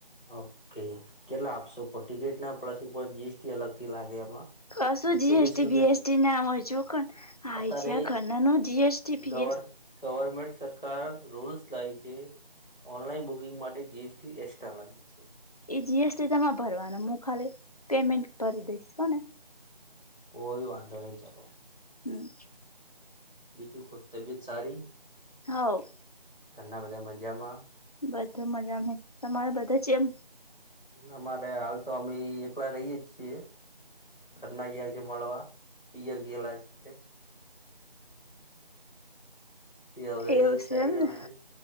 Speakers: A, in the centre; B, on the left.
A: ઓકે કેટલા આપશો કો ટિકિટ ના પ્લસ ઉપર જીએસટી અલગ થી લાગે એમાં.
B: કશું
A: એકસો
B: જી
A: વીસ
B: એસટી
A: રૂપિયા
B: બીએસટી નામ હોય છેું. આ
A: અત્યારે
B: છે્યા ખનનું જી એસટીી ફી
A: ગવર્મેન્ટ સરકાર રૂલ્સ લાવ છે. ઓનલાઈન બુકિંગ માટે જી એસ ટી એસ્ટ્રા લાગે છે.
B: એ જી એસ ટી તમાંર ભરવાનું, મું ખાલી પેમેન્ટ ભરી દઈસ, હ ને?
A: કોઈ વાંધો નહી ચાલો.
B: હમ્મ.
A: બીજું કો, તબિયત સારી?
B: હઓ.
A: ઘરના બધા મજામાં?
B: બધા મજામા. તમારા બધા ચેમ
A: અમારે હાલ તો અમેઇ એકવાર રહીયે જ છીએ. ઘરના ગ્યા છે મળવા, પિયર ગેલા છે. થી હવે
B: એવું
A: શનિ
B: છે એમને
A: રવે,